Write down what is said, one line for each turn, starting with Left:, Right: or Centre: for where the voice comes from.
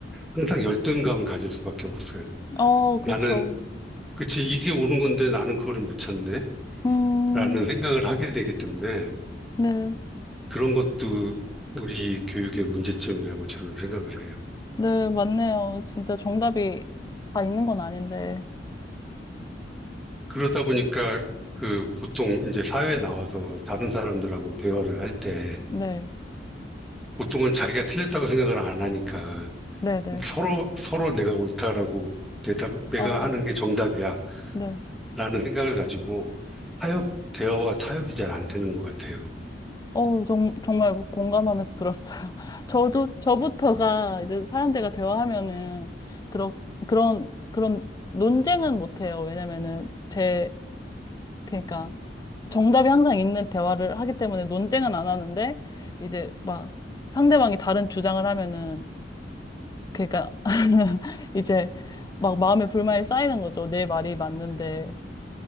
Centre: 항상 열등감을 가질 수밖에 없어요.
Left: 어,
Centre: 나는,
Left: 그쵸.
Centre: 그치, 이게 옳은 건데 나는 그거를 못 찾네.
Left: 음,
Centre: 라는 생각을 하게 되기 때문에
Left: 네.
Centre: 그런 것도 우리 교육의 문제점이라고 저는 생각을 해요.
Left: 네, 맞네요. 진짜 정답이 다 있는 건 아닌데.
Centre: 그러다 보니까 그 보통 이제 사회에 나와서 다른 사람들하고 대화를 할 때
Left: 네,
Centre: 보통은 자기가 틀렸다고 생각을 안 하니까
Left: 네네.
Centre: 서로, 서로 내가 옳다라고 대답, 내가
Left: 어,
Centre: 하는 게 정답이야
Left: 네.
Centre: 라는 생각을 가지고 타협, 대화와 타협이 잘 안 되는 것 같아요.
Left: 어, 정, 정말 공감하면서 들었어요. <laughs> 저도, 저부터가 이제 사람들과 대화하면은, 그런, 그런, 그런 논쟁은 못해요. 왜냐면은, 제, 그러니까, 정답이 항상 있는 대화를 하기 때문에 논쟁은 안 하는데 이제 막 상대방이 다른 주장을 하면은 그러니까 <laughs> 이제 막 마음에 불만이 쌓이는 거죠. 내 말이 맞는데.